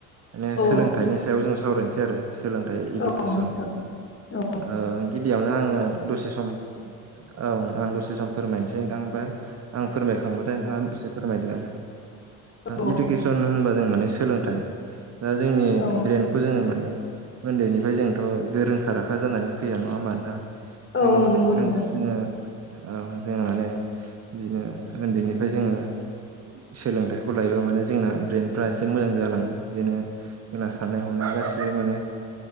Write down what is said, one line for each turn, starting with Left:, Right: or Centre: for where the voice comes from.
Right: माने
Left: औ
Right: सोलोंथाइनि सायाव जों सावरायनोसै आरो। सोलोंथाइ इडुकेसन
Left: औ नोंथां औ
Right: ओ गिबियावनो आंङो दसे सम औ आं दसे सम फोरमायनोसै नोंथां ओमफ्राय आं फोरमायखांबा नोंथाङा दसे फोरमायदो आरो
Left: औ
Right: इदुकेसन होनबा जों माने सोलोंथाइ दा जोंनि
Left: औ
Right: ब्रेन्डखौ जोंङो जों माने उन्दैनिफ्राय जोंथ' गोरोंखा राखा जानानै फैया नङा होमबा नोंथां जों
Left: औ नंगौ
Right: रों
Left: नोंथां
Right: जोंङो ओ जोंङो माने बिदिनो उन्दैनि फ्राय जोंङो सोलोंथाइखौ लायोबा माने जोंना ब्रेेनफ्रा एसे मोजां जालाङो बिदिनो जोंना साननाय हनाय गासिबो माने